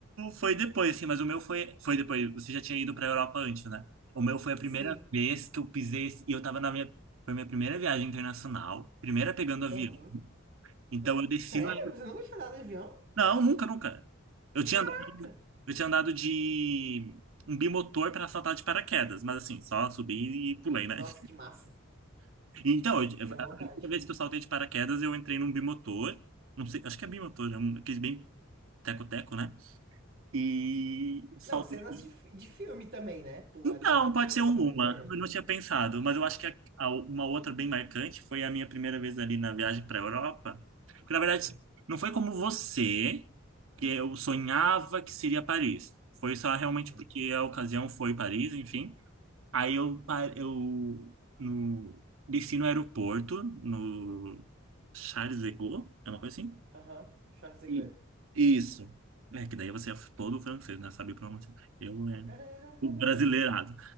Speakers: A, on the right (about 65°); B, on the right (about 45°).
A: foi depois assim, mas o meu foi foi depois. Você já tinha ido para a Europa antes, né? O meu foi a primeira
B: sim.
A: vez que eu pisei e eu tava na minha foi minha primeira viagem internacional, primeira pegando avião.
B: Aham.
A: Então
B: Ah,
A: eu defino.
B: Sério? Você nunca tinha andado de avião?
A: Não, nunca, nunca. Eu tinha
B: Caraca!
A: andado, eu tinha andado de um bimotor para saltar de paraquedas, mas assim, só subi e pulei, né?
B: Nossa,
A: <laughs>
B: que massa.
A: Então, eu-
B: Tenho
A: a
B: vontade.
A: primeira vez que eu saltei de paraquedas, eu entrei num bimotor, não sei, acho que é bimotor, é um, aqueles bem teco-teco, né? E saltei.
B: Não, cenas de, fi- de filme também, né? Pular
A: Então,
B: de,
A: pode
B: pular
A: ser um,
B: de paraquedas.
A: uma, eu não tinha pensado, mas eu acho que a- a- uma outra bem marcante foi a minha primeira vez ali na viagem para a Europa. Porque, na verdade,
B: Hum.
A: assim, não foi como você. que eu sonhava que seria Paris. Foi só realmente
B: Uhum.
A: porque a ocasião foi Paris, enfim. Aí eu, pa- eu no, desci no aeroporto, no Charles de Gaulle, é uma coisa assim?
B: Aham. Charles de
A: E-
B: Gaulle.
A: Isso. É, que daí você é todo francês, né? Sabe pronunciar. Eu
B: <laughs>
A: é o brasileirado.